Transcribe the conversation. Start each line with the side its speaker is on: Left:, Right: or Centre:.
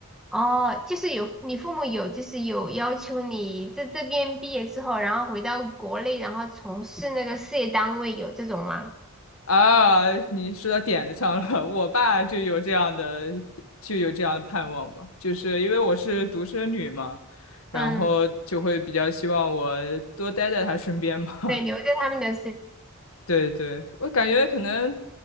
Centre: 哦，就是有你父母有就是有要求你在这边毕业之后，然后回到国内，然后从事那个事业单位，有这种吗？
Left: 啊，你说到点子上了。<laughs> 我爸就有这样的，就有这样的盼望嘛，就是因为我是独生女嘛，然后就会比较希望我多待在他身边嘛。
Centre: 嗯，对，留在他们的身
Left: <laughs> 对对，我感觉可能